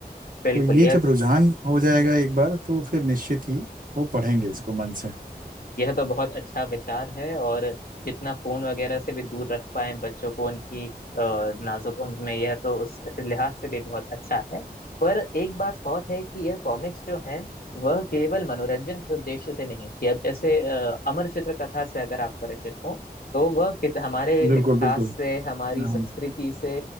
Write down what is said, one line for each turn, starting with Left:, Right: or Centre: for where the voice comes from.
Left: बिल्कुल
Right: तो ये
Left: यह
Right: जब रुझान हो जाएगा एक बार तो फिर निश्चित ही वो पढ़ेंगे इसको मन से
Left: यह तो बहुत अच्छा विचार है और जितना फोन वगैरह से भी दूर रख पाए बच्चों को उनकी अ, नाजुक उम्र में यह तो उस लिहाज से भी बहुत अच्छा है पर एक बात और है कि यह कॉमिक्स जो है वह केवल मनोरंजन के उद्देश्य से नहीं थी अब जैसे अ, अमर चित्र कथा से अगर आप परिचित हो तो वह कित- हमारे
Right: बिल्कुल
Left: इतिहास
Right: बिल्कुल
Left: से हमारी
Right: मैं
Left: संस्कृति
Right: हूँ
Left: से